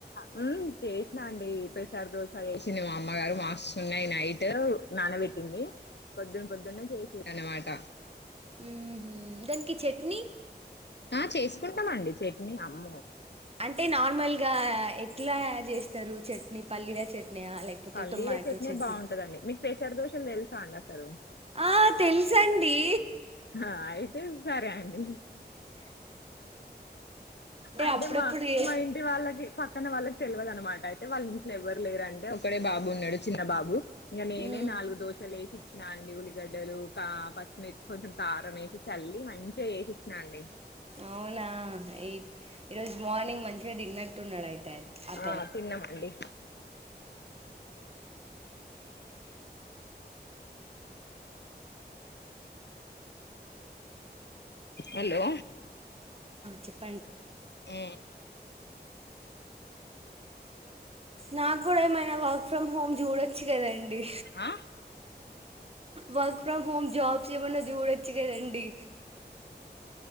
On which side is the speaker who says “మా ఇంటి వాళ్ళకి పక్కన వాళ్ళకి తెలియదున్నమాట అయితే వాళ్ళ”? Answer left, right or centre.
Left